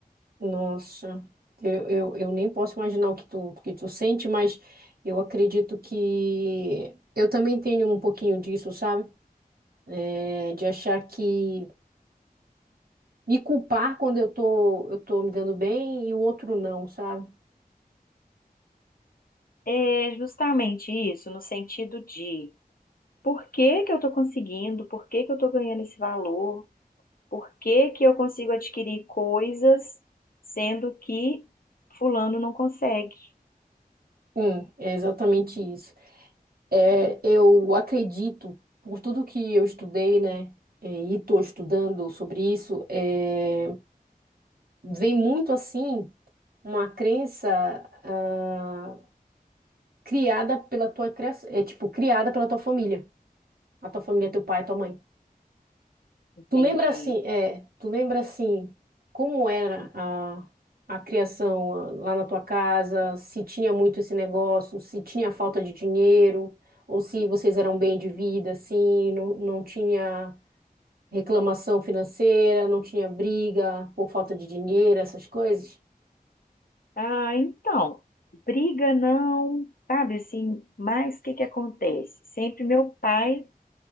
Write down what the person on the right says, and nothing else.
nossa, eu, eu, eu nem posso imaginar o que tu, o que tu sente, mas eu acredito que eu também tenho um pouquinho disso, sabe? É, de achar que me culpar quando eu tô, eu tô me dando bem e o outro não, sabe?
Hum, é exatamente isso. É, eu acredito, por tudo que eu estudei, né, é, e estou estudando sobre isso, é, vem muito assim uma crença. ah, criada pela tua criação, é tipo criada pela tua família, a tua família, é teu pai, tua mãe.
Tu lembra assim, é, tu lembra assim como era a a criação ah, lá na tua casa, se tinha muito esse negócio, se tinha falta de dinheiro, ou se vocês eram bem de vida, assim, não, não tinha reclamação financeira, não tinha briga por falta de dinheiro, essas coisas?